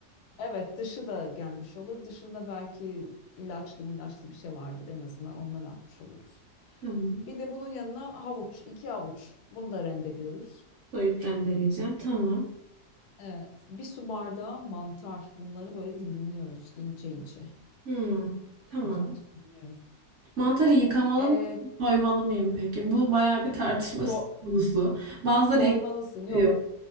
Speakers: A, on the left (about 80°); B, on the right (about 65°).
A: evet dışı da gelmiş olur. Dışında belki ilaçlı ilaçlı bir şey vardır en azından onları atmış oluruz.
B: Tamam.
A: Bir de bunun yanına havuç, iki havuç. Bunu da rendeliyoruz.
B: Soyup rendeleyeceğim. Tamam.
A: Evet. Bir su bardağı mantar. Bunları böyle dilimliyoruz ince ince.
B: Hmm. Tamam.
A: Güzelce dilimliyoruz.
B: Mantarı yıkamalı
A: Ee,
B: mı, soymalı mıyım peki? Bu bayağı bir tartışma
A: so-
B: konusu. Bazıları
A: soymalısın.
B: yıkıyor.
A: Yok.